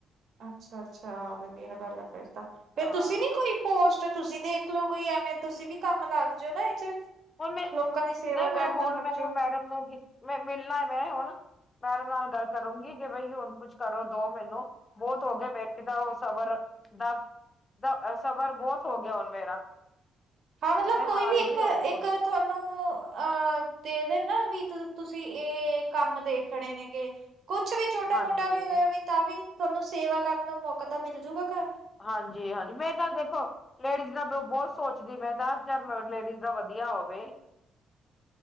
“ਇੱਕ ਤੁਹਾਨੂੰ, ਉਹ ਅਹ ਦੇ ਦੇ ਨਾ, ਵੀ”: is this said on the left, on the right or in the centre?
Right